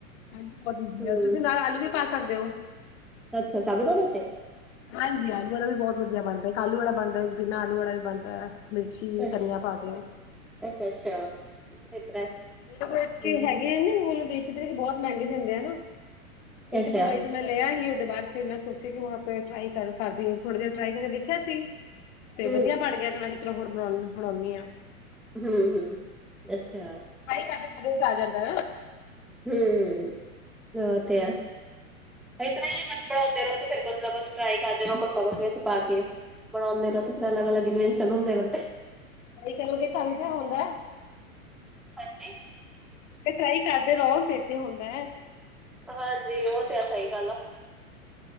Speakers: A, on the left; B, in the centre.
A: ਹਾਂਜੀ ਬਹੁਤ ਇਜੀ
B: ਹੂੰ,
A: ਆ ਤੁਸੀਂ ਨਾਲ ਆਲੂ ਵੀ ਪਾ ਸਕ ਦਿਓ।
B: ਅੱਛਾ ਸਾਬੂਦਾਨੇ ਚ,
A: ਹਾਂਜੀ, ਆਲੂ ਵਾਲਾ਼ ਵੀ ਬੋਤ ਵਦੀਆ ਬਣਦਾ, ਇੱਕ ਆਲੂ ਵਾਲਾ਼ ਬਣਦਾ ਇਕ ਬਿਨਾਂ ਆਲੂ ਵਾਲਾ਼ ਵੀ ਬਣਦਾ। ਮਿਰਚੀ
B: ਅੱਛਾ,
A: ਧਨੀਆ ਪਾ ਕੇ।
B: ਅੱਛਾ-ਅੱਛਾ ਇਸ ਤਰ੍ਹਾਂ
A: ਮੇਰੇ ਕੋਲ ਏਥੇ
B: ਹੂੰ,
A: ਹੈਗੇ ਆ ਨਾ, ਓ ਜੋ ਵੇਚਦੇ ਨੇ ਬੋਤ ਮਹਿੰਗੇ ਦੇਦੇ ਆ ਨਾ ਤੇ ਇੱਕ
B: ਅੱਛਾ,
A: ਦਵਾਈ ਤੇ ਮੈਂ ਲਿਆਂਗੀ ਓਦੇ ਬਾਅਦ ਫਿਰ ਮੈਂ ਸੋਚਿਆ ਕੇ <unintelligible> ਥੋੜੀ ਦੇਰ ਟ੍ਰਾਈ ਕਰ ਕਰਕੇ ਦੇਖਿਆ ਸੀ। ਤੇ
B: ਹੂੰ।
A: ਵਧੀਆ ਬਣ ਗਿਆ, ਤੇ ਮੈਂ ਕਿਹਾ ਚੱਲੋ ਹੁਣ ਬਣਾ ਬਣਾਓਨੀ ਆਂ।
B: ਹੂੰ, ਹੂੰ ਅੱਛਾ।
A: <unintelligible> ਕਦੇ ਕਦੇ ਤਾਂ ਆ ਜਾਂਦਾ
B: ਹੂੰ, ਐ ਤੇ ਐ ਇਸ ਤਰਾ ਈ ਐ, ਬਸ ਬਣਾਉਂਦੇ ਰਹੋ ਤੇ ਫੇਰ ਕੁਛ ਨਾ ਕੁੱਛ ਟਰਾਈ ਕਰਦੇ ਰਹੋ ਕੁਛ ਨਾ ਕੁਛ ਵਿੱਚ ਪਾ ਕੇ ਬਣਾਉਂਦੇ ਰਹੋ ਤੇ ਫਿਰ ਅਲੱਗ ਅਲੱਗ <unintelligible> ਹੁੰਦੇ ਰਹਿੰਦੇ।
A: ਟ੍ਰਾਈ ਕਰੋਗੇ ਤਾਂ <unintelligible> ਹੁੰਦਾ।
B: ਹਾਂਜੀ?
A: ਤੇ ਟਰਾਈ ਕਰਦੇ ਰਓ ਫੇਰ ਤੇ ਹੁੰਦਾ।
B: ਹਾਂਜੀ। ਓਤੇ ਆ ਸਈ ਗੱਲ ਆ।